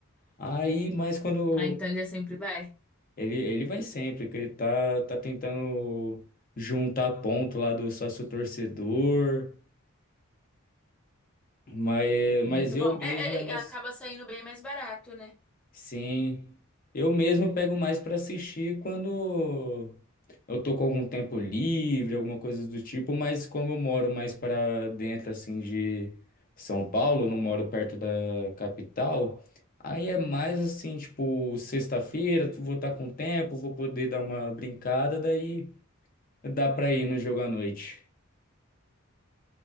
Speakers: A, on the left; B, in the centre.
A: Aí, mas quando...
B: Ah, então ele é sempre vai.
A: Ele, ele vai sempre, que ele tá, tá tentando juntar ponto lá do sócio torcedor Mas,
B: Muito
A: mas eu
B: bom.
A: mesmo
B: É, é,
A: é mais.
B: é, acaba saindo bem mais barato, né?
A: Sim, eu mesmo pego mais para assistir quando eu tô com algum tempo livre, alguma coisa do tipo, mas como eu moro mais para dentro assim de São Paulo, não moro perto da capital, aí é mais assim, tipo, sexta-feira, vou estar com tempo, vou poder dar uma brincada, daí dá para ir no jogo à noite.